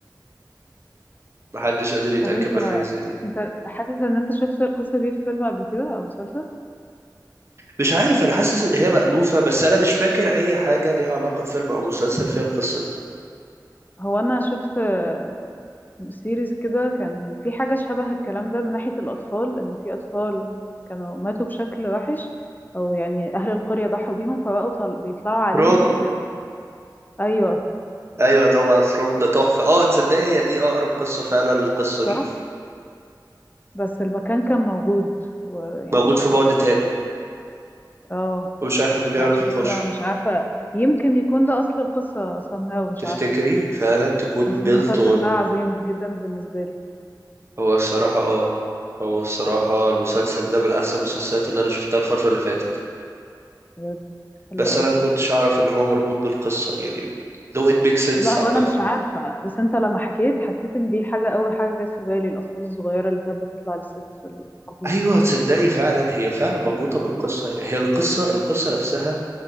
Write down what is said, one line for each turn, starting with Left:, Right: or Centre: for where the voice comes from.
Right: محدش قادر يتأكد
Left: طب انت
Right: من حاجة زي دي
Left: انت حاسس ان انت شفت القصة دي في فيلم قبل كده او مسلسل
Right: مش عارف أنا حاسس إن هي مألوفة بس أنا مش فاكر أي حاجة ليها علاقة بفيلم أو مسلسل فيها القصة دي
Left: هو انا شفت آه، سيريز كده كان في حاجة شبه الكلام ده من ناحية الاطفال ان في اطفال كانوا ماتوا بشكل وحش او يعني اهل القرية ضحوا بيهم فبقوا طل... بيطلعوا عليهم
Right: فروم
Left: ينتقموا ايوه
Right: أيوة طبعا فروم ده تحفة أه تصدقي هي دي أقرب قصة فعلا للقصة
Left: صح
Right: دي
Left: بس المكان كان موجود ويعني
Right: موجود في بعد تاني
Left: اه
Right: ومش أي حد بيعرف
Left: فعشان
Right: يخش
Left: كده مش عارفة يمكن يكون ده اصل القصة somehow مش
Right: تفتكري
Left: عارفة
Right: فعلا تكون
Left: بس
Right: built
Left: المسلسل
Right: on
Left: ده عظيم جدا بالنسبة لي
Right: هو الصراحة أه هو الصراحة المسلسل ده من أحسن المسلسلات اللي أنا شفتها الفترة اللي فاتت
Left: بجد حلو
Right: بس
Left: قوي
Right: انا ما كنتش اعرف ان هو مربوط بالقصه يعني لو it makes sense
Left: لا هو
Right: عامه
Left: انا مش عارفه بس انت لما حكيت حسيت ان دي حاجه اول حاجه جت في بالي الاطفال الصغيره اللي كانت بتطلع للست في الكهوف
Right: ايوه تصدقي فعلا هي فعلا مربوطه بالقصه يعني هي القصه القصه نفسها